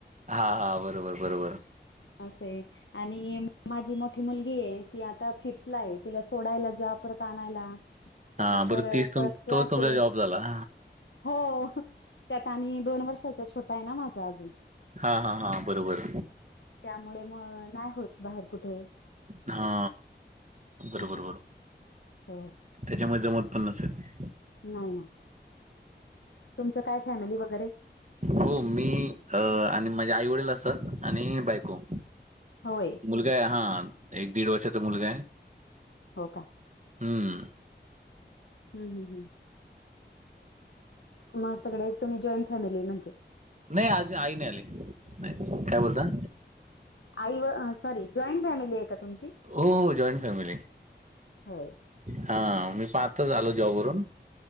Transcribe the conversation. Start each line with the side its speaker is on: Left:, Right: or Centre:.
Right: हा हा, बरोबर बरोबर.
Left: असंय. आणि माझी मोठी मुलगी आहे, ती आता फिफ्थला आहे. तिला सोडायला जा परत आणायला. <inaudible>
Right: हा बर तीच तु
Left: परत क्लासेस
Right: तो तुमचा जॉब झाला.
Left: हो त्यात आणि दोन वर्षाचा छोटा आहे, ना माझा अजून.
Right: हा हा हा बरोबर.
Left: त्यामुळे मग नाही होत बाहेर. कुठे
Right: हा बरोबर
Left: असं
Right: बरोबर.
Left: हो
Right: त्याच्यामुळे जमत पण नसलं.
Left: नाही ना. तुमचं काय फॅमिली वगैरे?
Right: हो मी आणि माझे आई वडील असतात आणि बायको.
Left: होय.
Right: मुलगा आहे हा एक दीड वर्षाचा मुलगा आहे.
Left: हो का.
Right: हम्म
Left: हम्म हम्म हम्म म सगळे तुम्ही जॉईंट फॅमिली म्हणजे.
Right: नाही आज आई नाही आली नाही नाही काय बोलता.
Left: आई व सॉरी जॉईंट फॅमिली आहे का तुमची?
Right: हो हो जॉईंट फॅमिली.
Left: होय.
Right: हा मी पण आता च आलो जॉबरून.